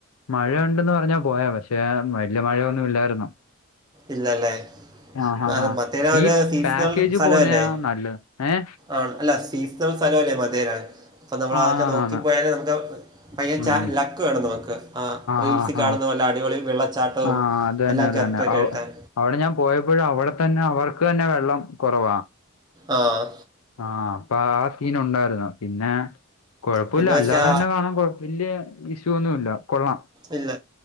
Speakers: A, on the left; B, on the right.
A: മഴണ്ടന്ന് പറഞ്ഞാപോയെ. പഷേ വല്ല്യമഴയൊന്നും ഇല്ലായിരുന്നു..
B: ഇല്ലല്ലേ
A: ആഹ ഹ ഹ
B: അത് മത്തേരാൻ ഒരു
A: ഈപ്പ്
B: സീസണൽ
A: പേക്. ക്
B: സ്ഥലമല്ലേ
A: പോന്നയ നല്ലത്. ഏ..
B: ആണ് അല്ല സീസ് സ്ഥലഅല്ലേ മധേരൻ.. പ്പനമ്മളാതൊക്കെ
A: ആന്നാന്നാന്ന്
B: നോക്കിപ്പോയാലെ നമുക്ക്ആ ഭയങ്കയ
A: ഉം
B: ച. ലക്ക് വേണം നമക്ക് ആ. റീൽസി..
A: ഹാ ഹാ
B: കാണുന്നല്ല വല്ല അടിപൊളി വെള്ളച്ചാട്ടവും
A: ആ അത് തന്നെ
B: എല്ലാം
A: അത്
B: കറക്റ്റയിട്ടാ
A: തന്നെ അവ
B: കിട്ടാൻ..
A: അവിടെ ഞാൻ പോയപ്പോഴും അവിടെ തന്നെ അവർക്ക് ന്നെ വെള്ളം കൊ റവാ..
B: ആ ആ ആ..
A: ആഹ പ്പ ആ സീൻ ഉണ്ടായിര്ന്നു പിന്നെ കൊപ്പൊല്ല്യ
B: പിന്നെ മറ്റാ
A: അല്ലാതെന്നെ കാണാൻ കൊഴ്.. വല്യ ഇഷ്യൂ ഒന്നുല്ല. കൊള്ളാം..
B: ഇല്ല